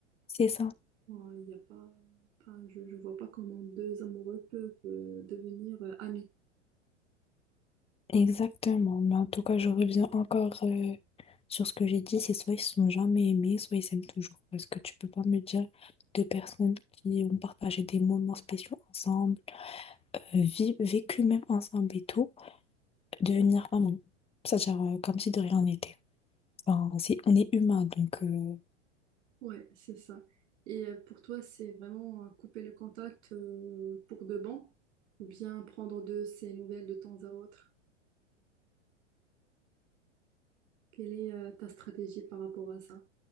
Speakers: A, on the left; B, on the right.
A: C'est ça.
B: Maintenant, euh, il y a pas, enfin, je, je vois pas comment deux amoureux peuvent euh, devenir euh, amis.
A: Exactement, mais en tout cas, je reviens encore euh, sur ce que j'ai dit, c'est soit ils se sont jamais aimés, soit ils s'aiment toujours. Parce que tu peux pas me dire deux personnes qui ont partagé des moments spéciaux ensemble, euh, vi- vécu même ensemble et tout, devenir amants. C'est-à-dire euh, comme si de rien n'était. Enfin, c'est- on est humain, donc euh,
B: Ouais, c'est ça. Et euh, pour toi, c'est vraiment euh, couper le contact euh, pour de bon ou bien prendre de ces nouvelles de temps à autre? Quelle est euh, ta stratégie par rapport à ça?